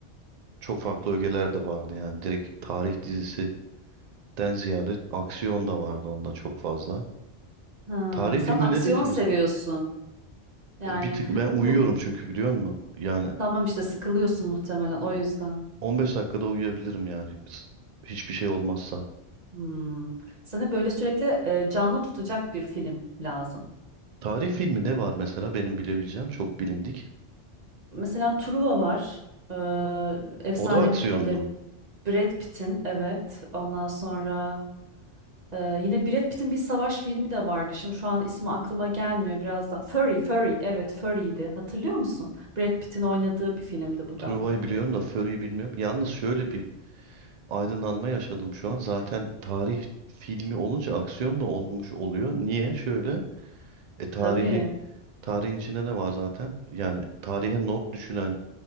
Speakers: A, on the right; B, on the right.
A: çok farklı ögeler de vardı. Yani direkt tarih dizisinden ziyade aksiyon da vardı onda çok fazla.
B: Ha,
A: Tarih
B: sen
A: filmi
B: aksiyon
A: nedir ki
B: seviyorsun.
A: mesela?
B: Yani
A: E, Bir tık ben uyuyorum
B: bu
A: çünkü biliyor musun? Yani
B: tamam işte sıkılıyorsun muhtemelen o yüzden.
A: 15 dakikada uyuyabilirim yani. S- Hiçbir şey olmazsa.
B: Hmm. Sana böyle sürekli e, canlı tutacak bir film lazım.
A: Tarih filmi ne var mesela benim bilebileceğim çok bilindik.
B: Mesela Truva var. Ee, efsane
A: O da aksiyonlu.
B: bir filmdir. Brad Pitt'in evet. Ondan sonra Ee, yine Brad Pitt'in bir savaş filmi de vardı. Şimdi şu an ismi aklıma gelmiyor biraz da. Fury, Fury. Evet, Fury'ydi. Hatırlıyor musun? Brad Pitt'in oynadığı bir filmdi bu
A: Truva'yı
B: da.
A: biliyorum da Fury'yi bilmiyorum. Yalnız şöyle bir aydınlanma yaşadım şu an. Zaten tarih filmi olunca aksiyon da olmuş oluyor. Niye? Şöyle, e tarihi
B: Tabii.
A: tarihin içinde ne var zaten? Yani tarihe not düşülen